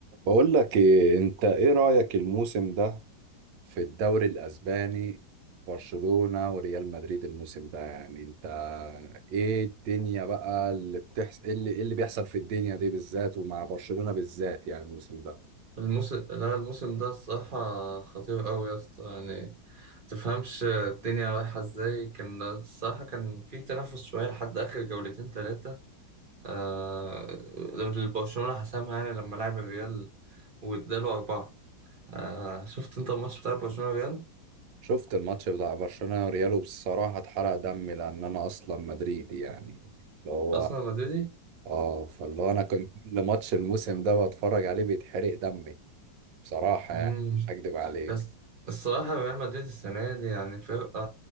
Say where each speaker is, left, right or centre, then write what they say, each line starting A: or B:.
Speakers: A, on the right (about 75°); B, on the right (about 35°).
A: بقول لك إيه انت ايه رأيك الموسم ده في الدوري الاسباني برشلونة وريال مدريد الموسم ده يعني انت ايه الدنيا بقى اللي بتحصل ايه اللي, إيه اللي بيحصل في الدنيا دي بالذات ومع برشلونة بالذات يعني الموسم ده
B: الموسم لا الموسم ده الصراحة خطير أوي يا اسطى يعني تفهمش الدنيا رايحة ازاي كان الصراحة كان في تنافس شوية لحد آخر جولتين تلاتة آه برشلونة حسمها يعني لما لعب الريال واداله أربعة آه شفت أنت الماتش بتاع برشلونة ريال
A: شفت الماتش بتاع برشلونة وريال بصراحة اتحرق دمي لان انا اصلا مدريدي يعني اللي هو
B: أصلا مدريدي؟
A: اه فاللي هو انا كنت كل ماتش الموسم ده بتفرج عليه بيتحرق دمي بصراحة
B: مم.
A: يعني مش هكدب عليك
B: بس الصراحة ريال مدريد السنة دي يعني فرقة